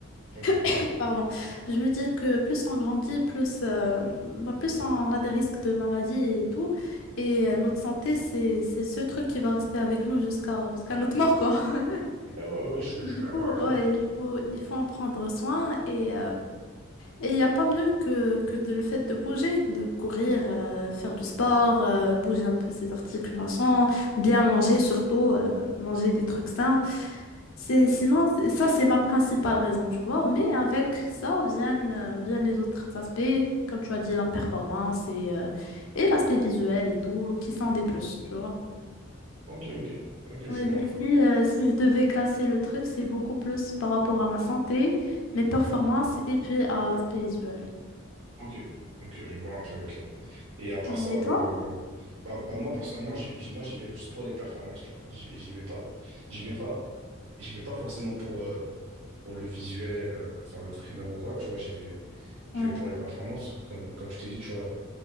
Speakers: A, on the right; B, on the left.
A: Ok.
B: <clears throat> Pardon. Je me dis que plus on grandit, plus, euh, bah, plus on a des risques de maladies et tout. Et euh, notre santé, c'est, c'est ce truc qui va rester avec nous jusqu'à jusqu'à notre mort, quoi. <laughs>
A: Ouais, ouais, ouais, je suis, je
B: Du
A: suis d'accord
B: coup,
A: avec toi.
B: ouais, il faut, il faut en prendre soin et. Et il n'y a pas mieux que, que de, le fait de bouger, de courir, euh, faire du sport, euh, bouger un peu ses articulations, bien manger surtout, euh, manger des trucs sains. C'est,
A: Mm.
B: sinon, c'est- ça, c'est ma principale raison, tu vois. Mais avec ça viennent, euh, viennent les autres aspects, comme tu as dit, la performance et, euh, et l'aspect visuel et tout, qui sont des plus, tu vois.
A: Ok, ok. Ok,
B: Oui,
A: je vois
B: mais
A: un peu.
B: si, euh, si je devais classer le truc, c'est beaucoup plus par rapport à ma santé, mes performances et puis à l'aspect visuel.
A: Ok. Ok, je vois un peu, ok. Et à part
B: Ouais,
A: ça, euh,
B: Et toi?
A: bah, bah, moi, personnellement, j'y- j'y- moi, j'y vais plus pour les performances, tu vois. J'y j'y vais pas, j'y vais pas, j'y vais pas forcément pour, euh, pour le visuel, euh, pour faire le streamer ou quoi, tu vois. J'y vais,
B: Ouais.
A: je vais pour les performances, parce que comme, comme je t'ai dit, tu vois.